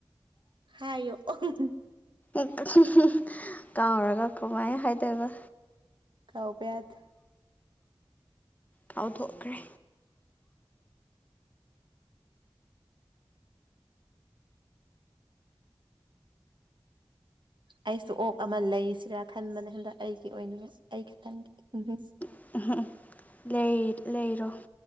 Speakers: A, on the right; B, on the left.
A: ꯍꯥꯏꯌꯣ <unintelligible>
B: <unintelligible> ꯀꯥꯎꯔꯒ ꯀꯃꯥꯏꯟ ꯍꯥꯏꯗꯣꯏꯕ
A: ꯀꯥꯎꯕ ꯌꯥꯗꯦ
B: ꯀꯥꯎꯊꯣꯛꯈ꯭ꯔꯦ
A: ꯑꯩꯁꯨ ꯑꯣꯛ ꯑꯃꯥ ꯂꯩꯁꯤꯔ ꯈꯟꯕꯅꯦ ꯍꯟꯗꯛ ꯑꯩꯒꯤ ꯑꯣꯏꯅꯤꯉꯥꯏ ꯑꯩ ꯈꯛꯒꯤ
B: <unintelligible> ꯂꯩ ꯂꯩꯔꯣ